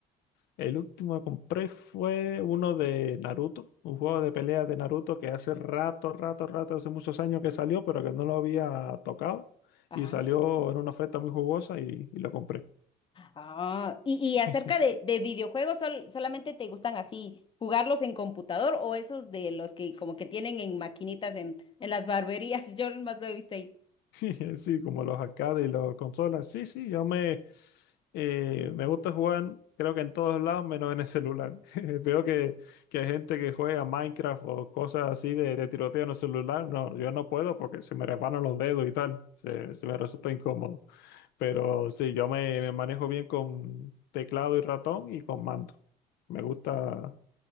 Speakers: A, on the left; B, on the left.
A: El último que compré fue uno de Naruto, un juego de peleas de Naruto que hace rato, rato, rato, hace muchos años que salió, pero que no lo había tocado.
B: Ajá.
A: Y salió en una oferta muy jugosa y, y lo compré.
B: Ah, y, y acerca
A: <laughs>
B: de, de videojuegos, sol- ¿solamente te gustan así jugarlos en computador o esos de los que como que tienen en maquinitas en, en las barberías? <laughs> Yo más lo he visto ahí.
A: Sí, <laughs> sí, como los arcades y los consolas. Sí, sí, yo me, eh, me gusta jugar, creo que en todos lados, menos en el celular. <laughs> Veo que, que hay gente que juega Minecraft o cosas así de, de tiroteo en el celular. No, yo no puedo porque se me resbalan los dedos y tal. Se, se me resulta incómodo. Pero sí, yo me, me manejo bien con teclado y ratón y con mando. Me gusta